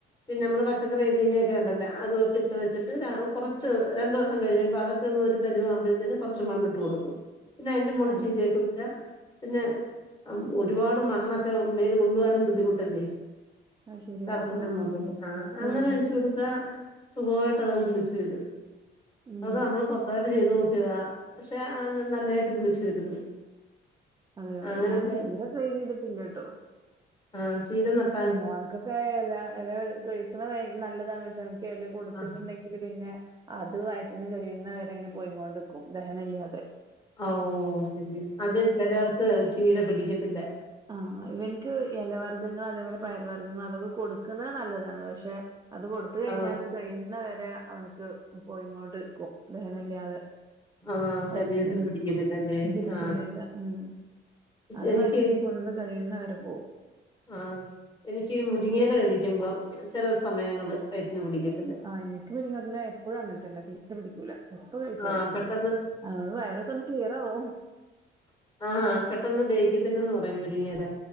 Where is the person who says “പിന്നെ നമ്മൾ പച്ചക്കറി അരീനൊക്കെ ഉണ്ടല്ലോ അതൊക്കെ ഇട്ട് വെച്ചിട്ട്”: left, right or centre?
Left